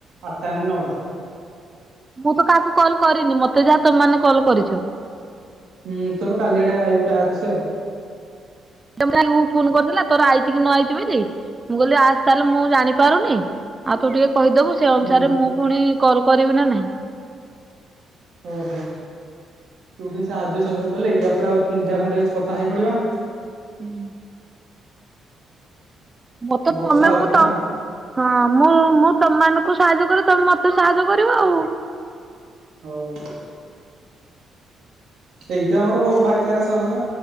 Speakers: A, on the right; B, on the right.
A: ଆଠଟା ନା ନଅଟା।
B: ମୁଁ ତ କାହାକୁ କଲ କରିନି ମତେ ଯାହା ତମମାନେ କଲ୍ କରିଚ।
A: ହୁ ତୋର କାଲିଆଡେ ଆଇବ ଟ୍ୟାକ୍ସ ଆଉ।
B: ଉ ଫୋନ କରିଥିଲା ତୋର ଆଇଛି କି ନ ଆଇଛି ବୋଲି। ମୁଁ କହିଲି ଆସି ତାହେଲେ ମୁଁ ଜାଣି ପାରୁନି ଆଉ ତୁ ଟିକେ କହିଦବୁ। ସେ ଅନୁସାରେ
A: ହୁଁ।
B: ମୁଁ ପୁଣି କଲ କରିବି ନା ନାହିଁ।
A: ଓହୋ ତୁ ଟିକେ ସାହାଯ୍ୟ ସହଯୋଗ କଲେ ଇୟା ପରେ ଆଉ ତିନିଟା ଖଣ୍ଡେ କଥା ହେଇ ପଡିବା।
B: ଉଁ ମତେ
A: ବର୍ଷା
B: ତମେ
A: ହଉଛି
B: ମୁଁ ତ
A: ନା
B: ହଁ ମୁଁ ମୁଁ ତମମାନଙ୍କୁ ସାହାଯ୍ୟ କରିବି ତମେ ମତେ ସାହାଯ୍ୟ କରିବ ଆଉ।
A: ହଉ। ସେଇତ ଆମର ଭାଇଚାରା ସହର